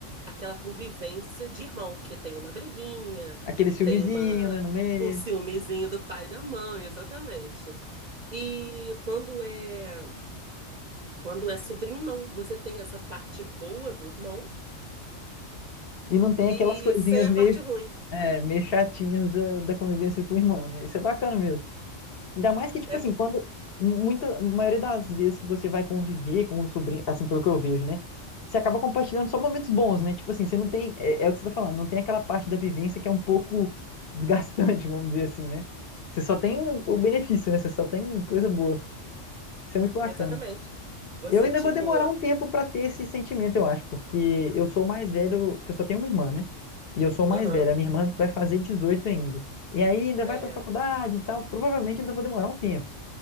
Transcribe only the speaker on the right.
aquela convivência de irmão, que tem uma briguinha,
tem uma
um ciúmezinho do pai e da mãe, exatamente. E quando é quando é sobrinho, não, você tem essa parte boa do irmão
e
sem a
parte ruim.
É
Exatamente. Você,
tipo,
aham,
é.